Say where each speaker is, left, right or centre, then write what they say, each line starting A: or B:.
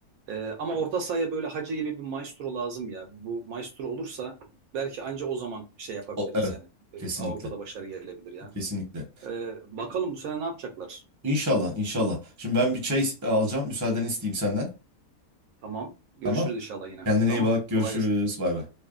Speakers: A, on the right; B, on the right.
A: E, ama orta sahaya böyle Hacı gibi bir maestro lazım ya. Bu maestro olursa belki anca o zaman şey yapabiliriz
B: O, evet.
A: yani E,
B: Kesinlikle.
A: Avrupa'da başarı gelebilir ya.
B: Kesinlikle.
A: E, bakalım bu sene ne yapacaklar?
B: İnşallah, inşallah. Şimdi ben bir çay is- alacağım. Müsaadeni isteyeyim senden.
A: Tamam görüşürüz
B: Tamam.
A: inşallah yine.
B: Kendine
A: Tamam
B: iyi bak.
A: kolay
B: Görüşürüz.
A: gelsin.
B: Bay bay.